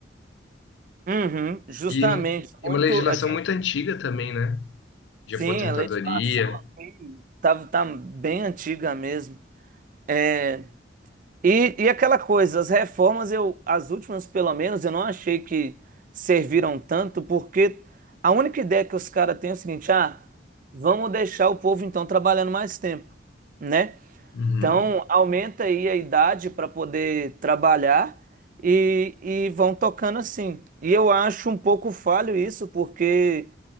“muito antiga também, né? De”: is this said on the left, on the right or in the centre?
Left